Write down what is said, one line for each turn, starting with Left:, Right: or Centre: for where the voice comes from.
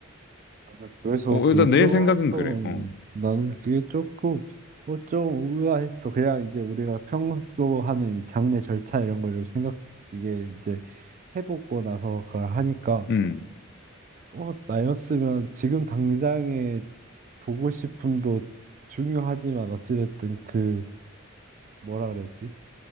Right: 나는 그래서
Left: 어,
Right: 그게
Left: 일단 내
Right: 조금
Left: 생각은 그래. 어,
Right: 나는 그게 조금 뭐좀 의아했어. 그냥 이제 우리가 평소 하는 이 장례 절차 이런 걸 좀 생각 이게 이제 해보고 나서 그걸 하니까
Left: 음,
Right: 어 나였으면 지금 당장의 보고 싶음도 중요하지만 어찌됐든 그 뭐라 그랬지?